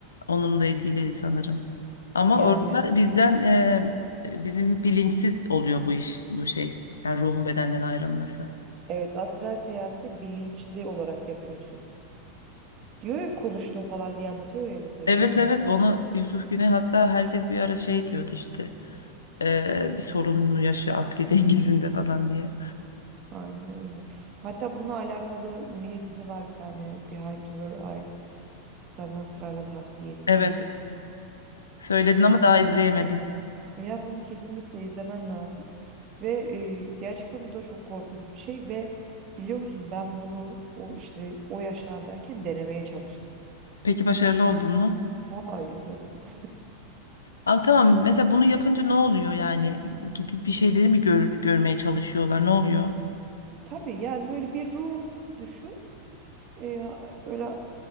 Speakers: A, on the left; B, on the right.
A: onunla ilgili sanırım. Ama
B: Yani
A: orada bizden e, bizim bilinçsiz oluyor bu iş, bu şey. Yani ruhun bedenden ayrılması.
B: evet astral seyahatte bilinçli olarak yapıyorsun. Diyor ya konuştum falan diye anlatıyor ya mesela
A: Evet
B: Yusuf Güney'de.
A: evet onu Yusuf Güney hatta herkes bir ara şey diyordu işte. e, bir sorun mu yaşıyor akli <laughs> dengesinde falan diye.
B: Aynen öyle. Hatta bununla alakalı mini dizi var bir tane Behind Her Eyes. Sana ısrarla tavsiye ettiğim.
A: Evet söyledin
B: Kes
A: ama daha izleyemedim.
B: yani bunu kesinlikle izlemen lazım. Ve e, gerçekten bu da çok korkunç bir şey ve biliyor musun ben bunu o işte o yaşlardayken denemeye çalıştım.
A: Peki başarılı oldun mu?
B: Hayır tabii ki de.
A: Abi tamam mesela bunu yapınca ne oluyor yani? Gidip bir şeyleri mi gör- görmeye çalışıyorlar ne oluyor?
B: <laughs> Tabii yani böyle bir ruh düşün. E, böyle